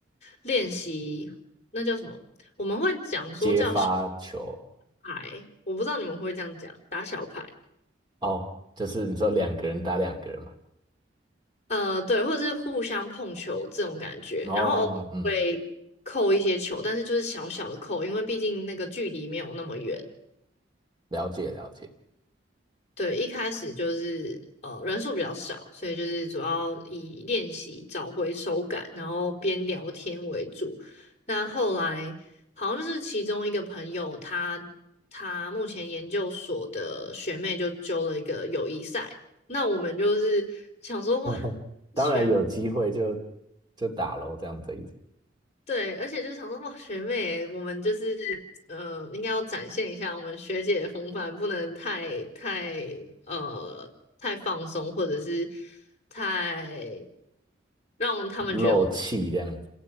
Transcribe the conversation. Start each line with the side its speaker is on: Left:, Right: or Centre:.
Left: 练习，那叫什么？我们会讲说叫小
Right: 接发球
Left: 牌，我不知道你们会不会这样讲，打小牌。
Right: 哦，就是你说两个人打两个人嘛。
Left: 呃，对，或者是互相碰球这种感觉，
Right: 哦，
Left: 然后偶尔会扣一些球，
Right: 嗯，
Left: 但是就是小小的扣，因为毕竟那个距离没有那么远。
Right: 了解了解。
Left: 对，一开始就是呃人数比较少，所以就是主要以练习找回手感，然后边聊天为主。那后来好像就是其中一个朋友他，他目前研究所的学妹就揪了一个友谊赛，那我们就是想说哇，
Right: <laughs> 当然有机会就
Left: 学妹。
Right: 就打喽，这样子意思，
Left: 对，而且就是想说，哇，学妹，我们就是呃，应该要展现一下我们学姐的风范，不能太太呃太放松，或者是太让他们觉得我们
Right: 漏气这样。